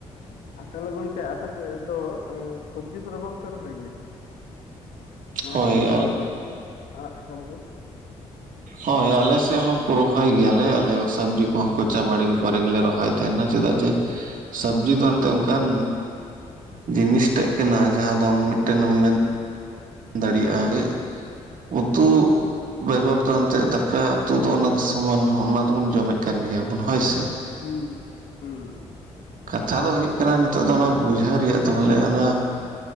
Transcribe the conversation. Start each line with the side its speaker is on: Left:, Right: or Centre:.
Left: ᱟᱨ ᱛᱟᱞᱦᱮ ᱜᱚᱝᱠᱮ ᱟᱯᱮ ᱥᱮᱫ ᱫᱚ ᱮᱸ ᱥᱚᱵᱽᱡᱤ ᱠᱚᱫᱚ ᱵᱟᱝ ᱯᱮ ᱨᱚᱦᱚᱭ ᱜᱮᱭᱟ? ᱱᱤᱭᱟᱹ
Right: ᱦᱳᱭ
Left: ᱠᱚᱫᱚ ᱩᱱᱟᱹᱜ ᱟᱲᱟᱜ ᱥᱟᱠᱟᱢ ᱠᱚ
Right: ᱦᱳᱭ ᱟᱞᱮ ᱥᱮᱫ ᱦᱚᱸᱠᱚ ᱨᱚᱦᱚᱭ ᱜᱮᱭᱟᱞᱮ ᱟᱞᱮ ᱥᱚᱵᱽᱡᱤ ᱠᱚᱦᱚᱸ ᱠᱚᱪᱟ ᱵᱟᱲᱜᱮ ᱠᱚᱨᱮ ᱜᱮᱞᱮ ᱨᱚᱦᱚᱭ ᱛᱟᱦᱮᱸᱱᱟ, ᱪᱮᱫᱟᱜ ᱡᱮ ᱥᱚᱵᱽᱡᱤ ᱫᱚ ᱚᱱᱛᱮ ᱚᱱᱠᱟᱱ ᱡᱤᱱᱤᱥ ᱴᱮᱡ ᱠᱟᱱᱟ ᱡᱟᱦᱟᱸ ᱫᱚ ᱢᱤᱫᱴᱮᱱ ᱢᱮᱱ ᱫᱟᱲᱮᱭᱟᱜᱼᱟ ᱦᱮᱸ ᱩᱛᱩ ᱵᱮᱜᱚᱨ ᱫᱚ ᱮᱱᱛᱮᱫ ᱫᱟᱠᱟ ᱩᱛᱩ ᱫᱚ ᱚᱱᱟ ᱥᱚᱢᱟᱱ ᱚᱱᱟ ᱫᱚᱵᱚᱱ ᱡᱚᱢᱮᱫ ᱠᱟᱱ ᱜᱮᱭᱟᱵᱚᱱ ᱦᱳᱭᱥᱮ ᱾
Left: ᱦᱩᱸ ᱦᱩᱸ
Right: ᱠᱟᱛᱷᱟ ᱫᱚ ᱦᱩᱭᱩᱜ ᱠᱟᱱᱟ ᱱᱤᱛᱚᱜ ᱫᱚ ᱚᱱᱟ ᱵᱩᱡᱷᱟᱹᱣ ᱨᱮᱭᱟᱜ ᱛᱚᱞᱮ ᱚᱱᱟ